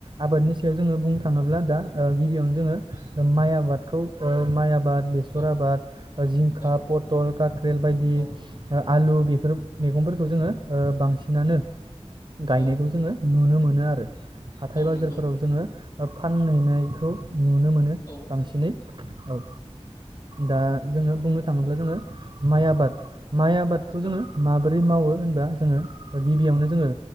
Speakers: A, on the right; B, on the left.
A: आबादनि सायाव जोङो बुंनो थाङोब्ला दा गिबियावनो जोङो
B: औ
A: माइ आबादखौ ओ माइ आबा आबाद बेसर
B: औ
A: आबाद जिंखा
B: औ
A: पथल काख्रेल बायदि
B: औ
A: आलु बेफोर मैगंफोरखौ जोङो बांसिनानो गायनायखौ
B: औ
A: नुनो मोनो आरो। हाथाय
B: औ
A: बाजारफोराव
B: नंगौ
A: जोङो फानहैनायखौ नुनो मोनो
B: औ
A: बांसिनै औ। दा जोङो बुंनो थाङोब्ला जोङो माइ आबाद माइ आबादखौ
B: औ
A: जोङो माबोरै मावो होनब्ला जोङो गिबियावनो जोङो